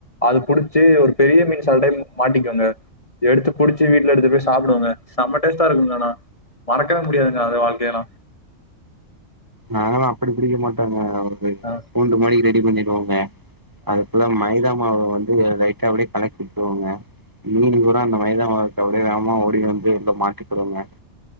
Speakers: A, on the left; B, on the right.
A: அது புடுச்சு ஒரு பெரிய மீன் சலடைய மாட்டிக்கோங்க எடுத்து புடுச்சு வீட்ல எடுத்து போய் சாப்டுவோங்க செம்ம டேஸ்டா இருக்குங்க ஆனா மறக்கவே முடியாதுங்க அது வாழ்க்கையல்லா
B: நாங்கல்லா அப்டி புடிக்க மாட்டோங்க <unintelligible>
A: ஆ.
B: கூண்டு மாரி ரெடி பண்ணிர்வோங்க அதுக்குள்ள மைதா மாவு வந்து லைட்டா அப்டியே கலக்கி விட்றுவோங்க மீனு பூரா அந்த மைதா மாவுக்கு அப்டியே வேமா ஓடி வந்து உள்ள மாட்டிகுறுங்க